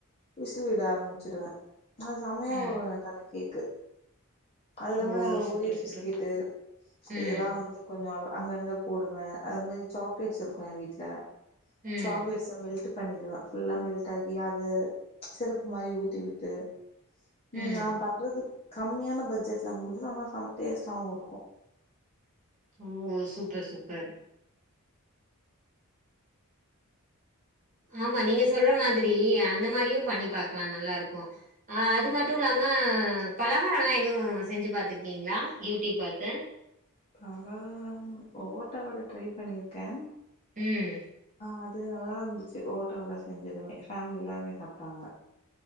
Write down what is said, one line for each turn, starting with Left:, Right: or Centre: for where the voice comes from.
Left: விசில் விட ஆரம்பிச்சிடுவே அது செம்மையா
Right: ம்
Left: வரு எனக்கு அந்த கேக்கு அதுலாம
Right: ஓ
Left: அந்த
Right: சூப்பர்
Left: ஓரியோ பிஸ்கேட்டு
Right: சூப்பர் ம்
Left: இதெல்லா வந்து கொஞ்ச அல அங்கங்க போடுவே அந்த மேரி சாக்லேட்ஸ் இருக்கு ஏ வீட்ல
Right: ம்
Left: சாக்லேட்ஸ மெல்ட்டு பண்ணிடுவே ஃபுல்லா மெல்ட்டாகி அத சிறப் மாரி ஊத்தி விட்டு உம்
Right: ம்
Left: நா பண்றது கம்மியான பட் ஜெட்ல முடிஞ்சுரு ஆனா செம்ம டேஸ்ட்டாவு இருக்கு
Right: ஓ சூப்பர் சூப்பர் ஆமா நீங்க சொல்ற மாதிரி அந்த மாரியு பண்ணி பாக்லா நல்லாருக்கு ஆ அது மட்டுமிலாம அ பலகாரெல்லா எதுவு செஞ்சு பா்த்திருக்கீங்ளா யூடியூப் பாத்து
Left: பலகாரம் ஓட்ட வட ட்ரை பண்ணிருக்கே
Right: உம்
Left: அது நல்லாருந்துச்சு ஓட்ட வட செஞ்சதுமே ஃபேமிலி எல்லாருமே சாப்டாங்க